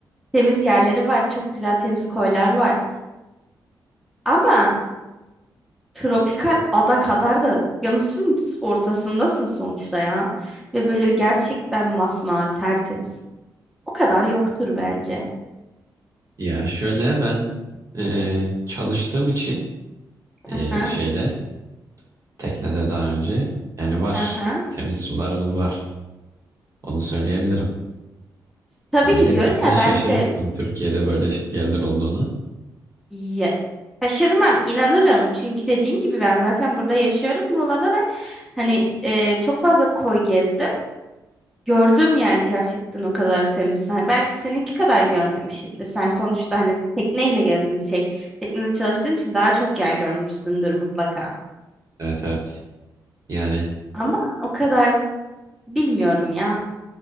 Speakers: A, in the centre; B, on the right.
A: Temiz yerleri var. Çok güzel temiz koylar var. Ama tropikal ada kadar da okyanusun ortasındasın sonuçta ya. Ve böyle gerçekten masmavi, tertemiz. O kadar yoktur bence.
B: Ya şöyle ben e, çalıştığım için e,
A: Aha,
B: şeyde teknede daha önce yani var
A: aha.
B: temiz sularımız var. Onu söyleyebilirim.
A: Tabii
B: Yani
A: ki
B: gerçekten
A: diyorum ya
B: şaşırırsın
A: ben de
B: Türkiye'de böyle ş- yerler olduğunu.
A: Ya, şaşırmam, inanırım. Çünkü dediğim gibi ben zaten burada yaşıyorum Muğla'da ve hani e, çok fazla koy gezdim. Gördüm yani gerçekten o kadar temiz. Hani belki seninki kadar görmemişimdir. Sen sonuçta hani tekneyle gezmiş şey. Teknede çalıştığın için daha çok yer görmüşsündür mutlaka.
B: Evet evet yani
A: Ama o kadar bilmiyorum ya.